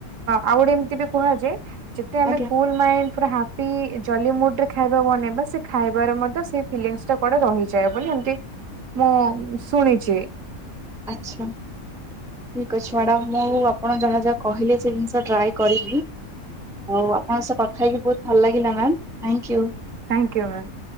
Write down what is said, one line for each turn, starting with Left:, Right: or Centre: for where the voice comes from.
Right: ଆଉ ଗୋଟେ ଏମତି ବି କୁହାଯାଏ ଯେତେ ଆମେ
Centre: ଆଜ୍ଞା
Right: କୁଲ ମାଇ ହ ଜ ମୁରେ ଖାଇବା ବନେଇବା ସେ ଖାଇବାର ସୋ ଡେ ରହିଯାଏ ବୋଲି ଏମତି ମୁଁ ଶୁଣିଛି।
Centre: ଆଛା। ଠିକ୍ ଅଛି ମ୍ୟାଡ଼ାାମ ମୁଁ ଆପଣ ଯାହା ଯାହା କହିଲେ ସେ ଜିନିଷ ଟ୍ରାଏ କରିବି। ହଉ ଆପଣଙ୍କ ସହ କଥା ହେଇକି ବହୁତ ଭଲ ଲାଗିଲା ma'am thank you.
Right: Thank you ma'am.